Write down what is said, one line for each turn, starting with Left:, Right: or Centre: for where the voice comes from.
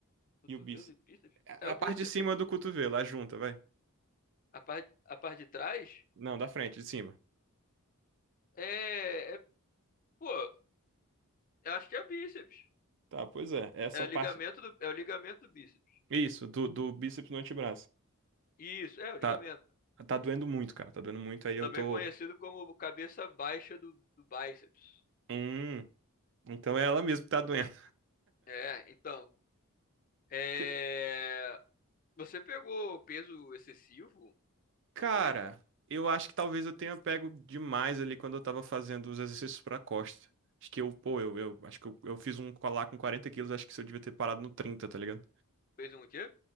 Left: cotovelo
Right: E o bíceps?
Left: e bíceps?
Right: A
Left: É o
Right: a parte
Left: bíceps,
Right: de cima
Left: pô.
Right: do cotovelo, a junta, vai.
Left: A parte a parte de trás
Right: Não, da frente, de cima.
Left: é, é pô, eu acho que é o bíceps.
Right: Tá, pois é, essa
Left: É o ligamento
Right: parte.
Left: do é o ligamento do bíceps.
Right: Isso, do, do bíceps no antebraço.
Left: Isso, é o ligamento.
Right: Tá, tá doendo muito, cara, tá doendo muito. Aí eu
Left: Também
Right: tô.
Left: conhecido como cabeça baixa do, do bíceps.
Right: Hum, então é ela mesmo que tá doendo.
Left: É, então É...
Right: <laughs>
Left: Você pegou peso excessivo,
Right: Cara,
Left: talvez?
Right: eu acho que talvez eu tenha pego demais ali quando eu tava fazendo os exercícios pra costa. Acho que eu, pô, eu, eu acho que eu, eu fiz um colar com quarenta quilos, acho que eu devia ter parado no trinta tá ligado?
Left: Fez um quê?